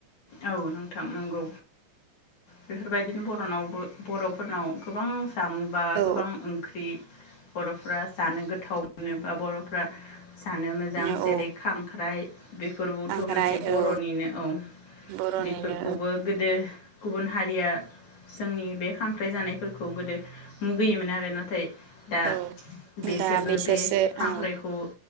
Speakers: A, on the left (about 45°); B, on the right (about 85°).
A: औ नोंथां नंगौ बेफोरबायदिनो बर'नावबो बर'फोरनाव गोबां
B: औ
A: गोबां ओंख्रि बरफ्रा जानो गोथाव मोनोबा बरफ्रा जानो मोजां
B: औ
A: जेरै
B: औ
A: खांख्राइ बेफोरबोथ
B: खांख्राइ
A: मोनसे बरनिनो
B: औ
A: औ
B: बर'निनो
A: बेफोरखौबो गोदो गुबुन हारिया जोंनि बे खांख्राइ जानायफोरखौ गोदो मुगैयोमोन आरो नाथाय दा
B: औ
A: बेसोरबो
B: दा बिसोरसो
A: बे खांख्रायखौ
B: औ